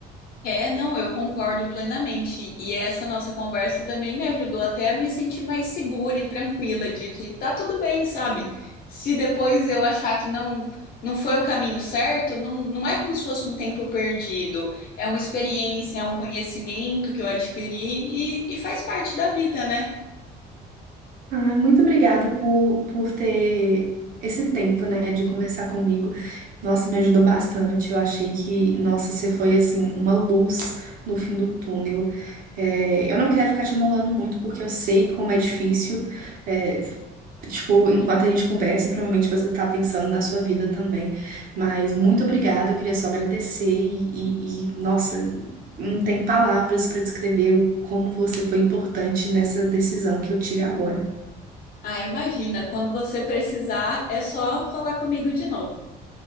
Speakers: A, on the left; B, on the right.
A: É, não, eu concordo plenamente. E essa nossa conversa também me ajudou até a me sentir mais segura e tranquila de que tá tudo bem, sabe? Se depois eu achar que não não foi o caminho certo, não, não é como se fosse um tempo perdido. É uma experiência, é um conhecimento que eu adquiri e, e faz parte da vida, né?
B: Ah, muito obrigada por, por ter esse tempo, né, de conversar comigo. Nossa, me ajudou bastante. Eu achei que, nossa, você foi, assim, uma luz no fim do túnel. É, eu não quero ficar te amolando muito, porque eu sei como é difícil. É, tipo, enquanto a gente conversa, provavelmente você tá pensando na sua vida também. Mas muito obrigada, eu queria só agradecer e, e, e, nossa, não tem palavras para descrever o- como você foi importante nessa decisão que eu tive agora.
A: Ah, imagina, quando você precisar, é só falar comigo de novo.